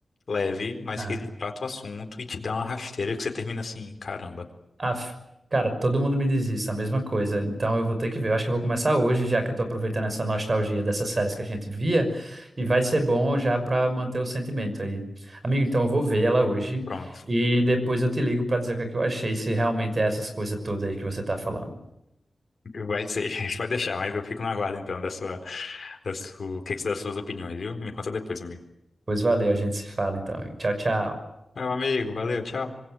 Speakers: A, on the left; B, on the right.
A: leve, mas
B: Ah,
A: que ele trata o assunto e te dá uma rasteira que você termina assim, caramba.
B: af- cara, todo mundo me diz isso, a mesma coisa. Então eu vou ter que ver. Eu acho que eu vou começar hoje, já que eu tô aproveitando essa nostalgia dessas séries que a gente via, e vai ser bom já pra manter o sentimento aí. Amigo, então eu vou ver ela hoje
A: Pronto,
B: e depois eu te ligo pra dizer o que é que eu achei, se realmente é essas coisas todas aí que você tá falando.
A: vai ser, <laughs> vai deixar, mas eu fico na guarda então da sua. das su- o que que você das suas opiniões, viu? Me conta depois, amigo.
B: Pois valeu, a gente se fala então. Tchau, tchau.
A: Meu amigo, valeu, tchau.